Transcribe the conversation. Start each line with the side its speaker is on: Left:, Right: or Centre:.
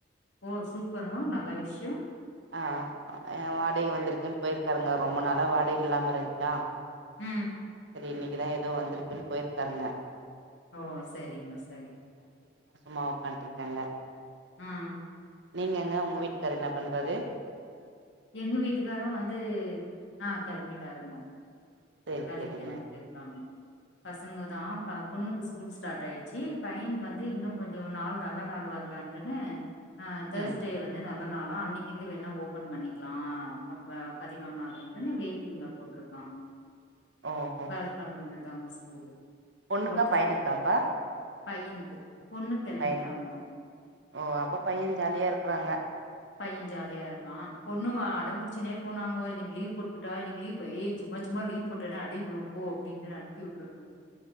Left: ஓ சூப்பருங்க நல்ல விஷயம்
Right: ஆஹ் வாடகை வந்திருக்குன்னு போயிருக் காருங்க ரொம்ப நாளா வாடகைகு இல்லாம இருந்துச்சா
Left: உம்
Right: சரி இன்னைக்கு தான் ஏதோ வந்திருக்குன்னு போயிருக்காருங்க
Left: ஓ சரிங்க சரிங்க
Right: மா உட்காட்டுருக்கேங்க
Left: ஹீம்
Right: நீங்கங்க உங்க வீட்டுக்காரர் என்ன பண் றாரு
Left: எங்க வீட்டுக்காரும் வந்து ஆஹ் கிளம்பிட்டாருங்க
Right: சரி
Left: வேலைக்கு
Right: சரிங்க.
Left: கிளம்பிட்டு இருக்காங்க பசங்க தான் பொண்ணுக்கு ஸ்கூல் ஸ்டார்ட் ஆயிடுச்சு பையனுக்கு வந்து இன்னும் கொஞ்சம் நாள் நல்ல நாள் வரலான்ட்டுன்னு ஆஹ் தேர்ஸ்டே
Right: ம்
Left: வந்து நல்ல னாலும் அன்னைக்குந்து வேணா ஓபன் பண்ணி லாம் பதினொன்னாவதுன்னு வெயிட்டிங்ல போட்டிருக்காங்க
Right: ஓஹோ
Left: வியாழக்கிழம்ப வந்தது இதாங்க ஸ்கூல்
Right: பொண்ணுக்கா
Left: ஒருத்தர்
Right: பையனுக்காப்பா?
Left: மட்டும் பையனுக்கு பொண்ணு கிளம்பிட்டாங்க
Right: பையன் ஓ அப்ப பையன் ஜாலியா இருக்கறாங்க.
Left: பையன் ஜாலியா இருக்கான் அடம்புடிச்சினே போனாப் நம்ப இன்னைக்கு லீவு போட்டுக்கிட்டா இன்னைக்கு லீ்வு சும்மா சும்மா லீவ் போட்டேனே அடி விழும் போ அப்படின்னு அனுப்பி விட்டுருக்கோங்க